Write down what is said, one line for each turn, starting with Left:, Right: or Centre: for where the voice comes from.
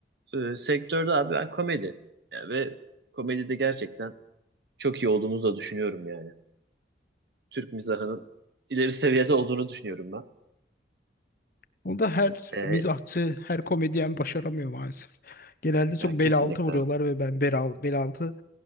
Right: ee, sektörde abi ben komedi. Ya ve komedide gerçekten çok iyi olduğumuzu da düşünüyorum yani. Türk mizahının ileri seviyede olduğunu düşünüyorum ben.
Left: Onu da her
Right: Ee,
Left: mizahçı, her komedyen başaramıyor maalesef. Genelde çok
Right: ya kesinlikle.
Left: bel altı vuruyorlar ve ben bel, al- bel altı